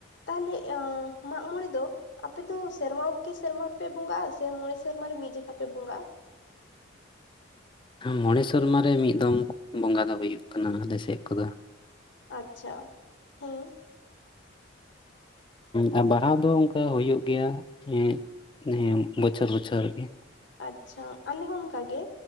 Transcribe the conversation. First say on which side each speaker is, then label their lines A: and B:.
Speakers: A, on the left; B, on the left.
A: ᱛᱟᱦᱚᱞᱮ ᱢᱟᱜ ᱢᱚᱸᱬᱮ ᱫᱚ ᱟᱯᱮ ᱫᱚ ᱥᱮᱨᱢᱟ ᱠᱮ ᱥᱮᱨᱢᱟ ᱯᱮ ᱵᱚᱸᱜᱟ-ᱟ ᱥᱮ ᱢᱚᱬᱮ ᱥᱮᱨᱢᱟ ᱨᱮ ᱢᱤᱫ ᱡᱚᱠᱷᱟ ᱯᱮ ᱵᱚᱸᱜᱟᱼᱟ᱾
B: ᱢᱚᱸᱬᱮ ᱥᱮᱨᱢᱟ ᱨᱮ ᱢᱤᱫ ᱫᱚᱢ ᱵᱚᱸᱜᱟ ᱫᱚ ᱦᱩᱭᱩᱜ ᱠᱟᱱᱟ ᱟᱞᱮ ᱥᱮᱫ ᱠᱚᱫᱚ ᱾
A: ᱟᱪᱪᱷᱟ, ᱦᱮᱸ᱾
B: ᱦᱮᱸ ᱵᱟᱦᱟ ᱫᱚ ᱚᱱᱠᱟ ᱦᱩᱭᱩᱜ ᱜᱮᱭᱟ ᱦᱮᱸ᱾ ᱦᱮ ᱵᱚᱪᱷᱚᱨ ᱵᱚᱪᱷᱚᱨ ᱜᱮ᱾
A: ᱟᱪᱪᱷᱟ ᱟᱞᱮ ᱦᱚᱸ ᱚᱱᱟᱜᱮ